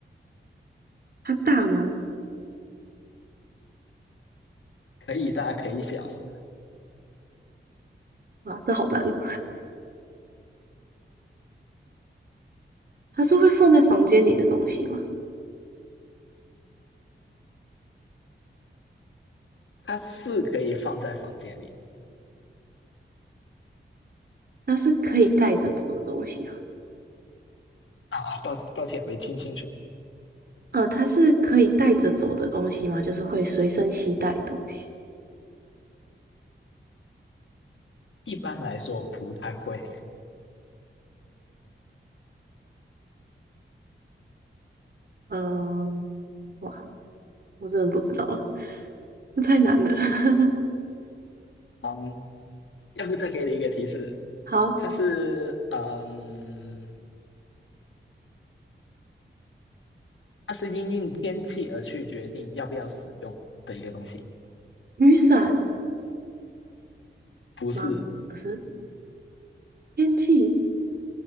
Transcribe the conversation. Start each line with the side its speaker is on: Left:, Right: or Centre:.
Right: 它大吗？
Left: 可以大可以小，
Right: 哇，这好难哦它是会放在房间里的东西吗？
Left: 它是可以放在房间里。
Right: 它是可以带着走的东西啊？
Left: 啊啊，抱抱歉，没听清楚。
Right: 呃，它是可以带着走的东西吗？就是会随身携带的东西。
Left: 一般来说不太会。
Right: 嗯、哇，我真的不知道，这太难了。<laughs>
Left: 嗯，要不再给你一个提示，
Right: 好，
Left: 它是嗯，它是因应天气而去决定要不要使用的一个东西，
Right: 雨伞
Left: 不是。
Right: 吗？不是，天气